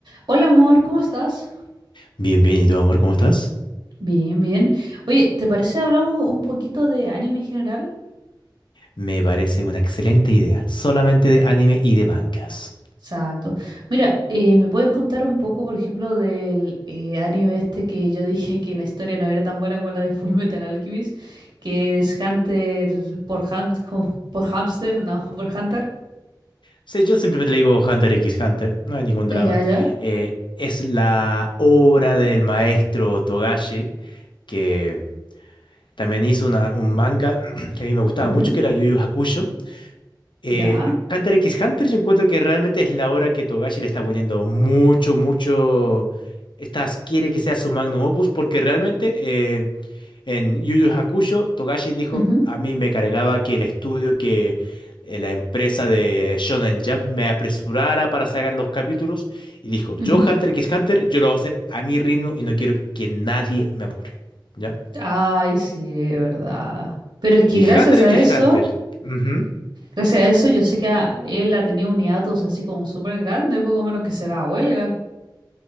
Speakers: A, on the right; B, on the left.
A: Hola amor, ¿cómo estás?
B: Bien, bien, ¿y tú, amor, cómo estás?
A: Bien, bien. Oye, ¿te parece hablamos un poquito de anime en general?
B: Me parece una excelente idea, solamente de anime y de mangas.
A: Exacto. Mira, eh, ¿me puedes contar un poco, por ejemplo, del eh, anime este que yo <laughs> dije que la historia no era tan buena como la de Fullmetal Alchemist, que es Hunter por Ham- jo- por Hamster, no, <laughs> por Hunter?
B: Sí, yo simplemente le digo Hunter x Hunter, no hay ningún
A: Ya,
B: drama.
A: ya, ya.
B: Eh, es la obra del maestro Togashi, que también hizo una- un manga <clears throat> que a mí me gustaba
A: Ujú,
B: mucho, que era Yu Yu Hakusho. Eh,
A: Ya.
B: Hunter x Hunter yo encuentro que realmente es la obra que Togashi le está poniendo mucho, mucho... Estas, quiere que sea su magnum opus, porque realmente... eh, En Yu Yu Hakusho, Togashi dijo,
A: Ujú,
B: a mí me cargaba que el estudio, que eh, la empresa de Shonen Jump me apresurara para sacar los capítulos y dijo,
A: ujú.
B: yo Hunter x Hunter, yo lo voy a hacer a mi ritmo y no quiero que nadie me apure. ¿Ya?
A: Ay, sí, verdad. Pero es que
B: Y
A: gracias
B: Hunter
A: a
B: x
A: eso...
B: Hunter, ujú,
A: Gracias a eso yo sé que a- él ha tenido un hiatus así como súper grande, poco menos que se va a huelga.